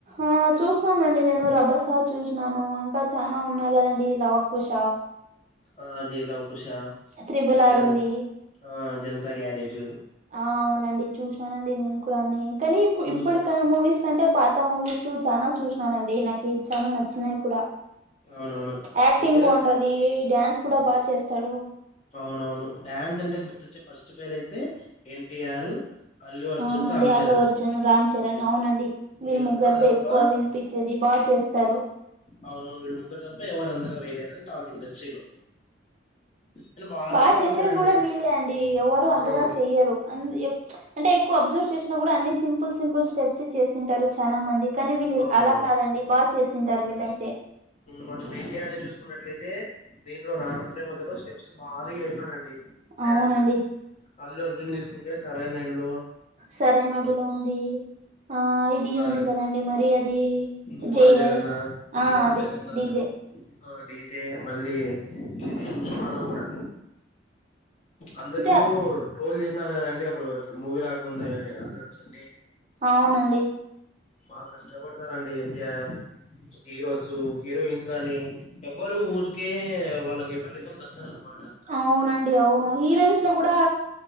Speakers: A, on the right; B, on the left.
A: ఆ చూసినానండి నేను రబసా చూసినాను ఇంకా చానా ఉన్నాయి కదండి లవకుశ
B: ఆ జై లవకుశ
A: త్రిబుల్
B: ఇంకా జన
A: ఆర్ ఉంది
B: ఆ జనతా గ్యారేజు
A: ఆ అవునండి చూసినానండి నేను కూడా నీ కానీ ఇప్పుడు
B: ఉమ్
A: ఇప్పటికా మూవీస్ అంటే పాత మూవీస్ చానా చూసినానండి నాకు ఈ చాల నచ్చినాయి కూడా
B: అవునవును
A: యాక్టింగ్
B: ఎన్టీఆర్
A: బాగుంటాది డ్యాన్స్ కూడా బాగా చేస్తాడు
B: అవునవును డ్యాన్స్ అంటే గుర్తొచ్చే ఫస్ట్ పేరు అయితే ఎన్టీఆర్ అల్లు అర్జున్
A: ఆ అండి
B: రామ్
A: అల్లు
B: చరణ్
A: అర్జున్ రామ్ చరణ్ అవునండి వీళ్ళు
B: వీళ్ళ
A: ముగ్గురిది
B: ముగ్గురు తప్ప
A: ఎక్కువ వినిపించేది బా చేస్తారు
B: అవునవును వీళ్ళు ముగ్గురు తప్పితే ఎవరు అంతగా వెయ్యలేరని టాక్ ఇండస్ట్రీలో నేను బాగా
A: బా
B: కష్టపడతానండి
A: చేసేది కూడా వీళ్ళే అండి ఎవరు
B: అవునవును
A: అంతగా చెయ్యరు అ అంటే ఎక్కువ అబ్జర్వ్ చేసినా కూడా అన్ని సింపుల్ సింపుల్ స్టెప్స్ చేసింటారు చాలా మంది కానీ వీళ్ళు
B: అవునవును
A: అలా కాదండి బా చేసింటారు వీళ్ళయితే
B: మనం ఎన్ టి ఆర్ ని చూసుకున్నట్లయితే దీంట్లో నాన్నకు ప్రేమతో లో స్టెప్స్ భారీగా వేసినాడండి డ్యాన్స్
A: అవునండి
B: అల్లు అర్జున్ తీసుకుంటే సరైనోడు లో
A: సరైనోడు లో ఉంది ఆ ఇది
B: ఇంకా
A: ఉంది కదండి మరి అది
B: దువ్వాడ
A: జేఏ
B: జగన్నా
A: ఆ
B: దువ్వాడ
A: అదే
B: జగన్నాదాం
A: డీజే
B: ఆ డీజే మళ్ళీ ఇది పుష్పలో కూడా అందరూ
A: అంటే
B: ట్రోల్ చేసినారు కదండి అప్పుడు మూవీ రాకముందే అల్లు అర్జున్ ని
A: అవునండి
B: బాగా కష్టపడతారండి N T are heroes heroines గానీ ఎవరు ఊరికే వాళ్ళకు ఫలితం దక్కదనమాట
A: అవునండి అవును హీరోయిన్స్ లో కూడా